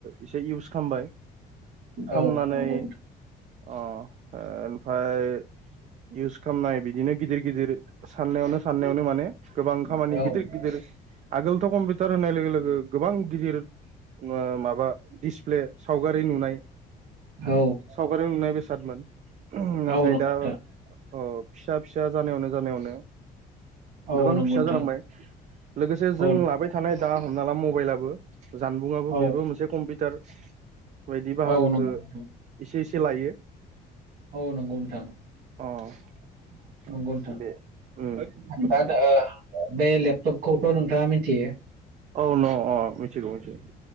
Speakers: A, on the right; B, on the right.
A: एसे इउस खालामबाय खामनानै
B: औ नंगौ
A: अ ओमफाय इउस खालामनाय बिदिनो गिदिर गिदिर साननायावनो साननायावनो माने गोबां खामानि
B: नोंथां
A: गिदिर गिद आगोलथ' कम्पिउटार होनाय लोगो लोगो गोबां गिदिर ओ माबा दिसप्ले सावगारि नुनाय
B: औ
A: <inaudible> सावगारियाव नुनाय बेसादमोन। नाथाय
B: औ नंगौ
A: दा
B: नोंथां।
A: अ फिसा फिसा जानायावनो जानायावनो
B: औ
A: <inaudible> गोबां
B: नंगौ
A: फिसा
B: नोंथां
A: जालांबाय। लोगोसे जों
B: औ
A: लाबाय थानाय दा हमना ला मबाइलाबो जानबुङाबो
B: औ
A: मोनसे कम्पिउटार बायदि बाहागोखौ
B: औ नंगौ नोंथां
A: एसे एसे सोलायो
B: औ नंगौ नोंथां।
A: अ <inaudible>
B: नंगौ नोंथां
A: दे ओम
B: दा ओ बे लेपटपखौथ नोंथाङा मिथियो।
A: औ न- अ मिथिगौ मिथि